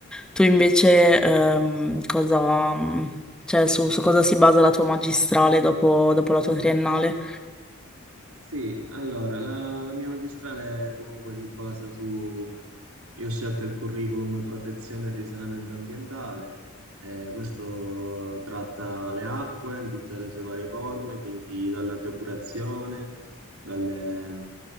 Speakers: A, in the centre; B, on the right (about 80°).
A: Tu invece, ehm, cosa, cioè, su, su cosa si basa la tua magistrale dopo, dopo la tua triennale?
B: Sì, allora, la, la mia magistrale comunque si basa su... Io ho scelto il curriculum protezione e risanamento ambientale, eh, questo tratta le acque in tutte le sue varie forme, quindi dalla depurazione, dalle mm,